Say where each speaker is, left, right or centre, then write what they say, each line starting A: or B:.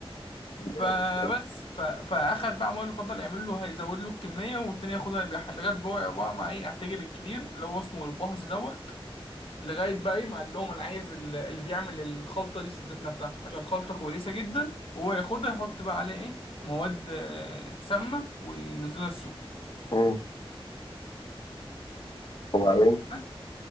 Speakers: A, on the left; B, on the left.
A: جامد
B: فبس
A: برضه
B: ف... فاخد بقى عمال يفضل يعمل له هيزود له الكميه والتاني ياخدها يبيعها لغايه بقى وقع بقى مع ايه التاجر الكبير اللي هو اسمه البهز دوت لغايه بقى ايه ما قال لهم انا عايز ال- اللي بيعمل الخلطه دي ذات نفسها عشان الخلطه كويسه جدا وهو ياخدها يحط بقى عليها ايه مواد آه، سامه وينزلها السوق
A: مم. وبعدين
B: بس